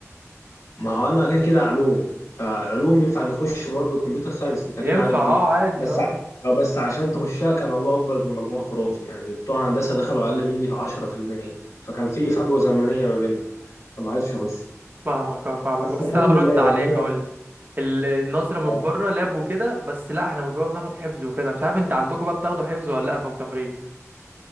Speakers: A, on the left (about 85°); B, on the right (about 40°).
A: ما هو انا كده كده علوم فعلوم ينفع نخش برضه كمبيوتر ساينس انت
B: ينفع
A: اكيد عارف
B: اه
A: دي
B: عادي
A: بس
B: اه
A: ع- اه بس عشان تخشها كان الله اكبر بمجموع خرافي يعني بتوع هندسه دخلوا اقل مني في 10% فكان في فجوه زمنيه ما بيننا فما عرفتش اخش
B: فاهمك اه فاهمك
A: بس
B: بس
A: الحمد
B: هرد
A: لله يعني
B: عليك
A: انا
B: اقول لك ال- النظرة
A: اه
B: من بره لاب وكده بس لا احنا من جوه بناخد حفظ وكده مش عارف انت عندكم بقى بتاخدوا حفظ ولا لا في تمريض